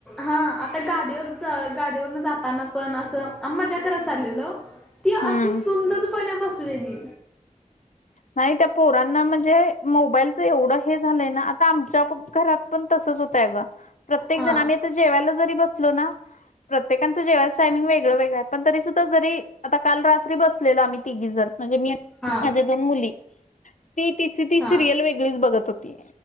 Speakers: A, in the centre; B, on the left (about 65°).
A: हा आता गाडीवर च गाडीवरन जाताना पण असं आम मज्या करत चाललेलो. ती
B: हम्म
A: अशी सुंदचपने बसललेली.
B: नाही त्या पोरांना म्हणजे मोबाईलचं एवढं हे झालंय ना आता आमच्या प घरात पण तसच होतंय अग. प्रत्येक
A: हा
B: जण आम्ही आता जेवायला जरी बसलो ना प्रत्येकांचं जेवायच टायमिंग वेगळं-वेगळं पण तरी सुद्धा जरी आता काल रात्री बसलेलो आम्ही तिघी जण म्हणजे मी
A: हा
B: माझ्या दोन मुली ती तिची ती
A: हा
B: सिरियल वेगळीच बघत होती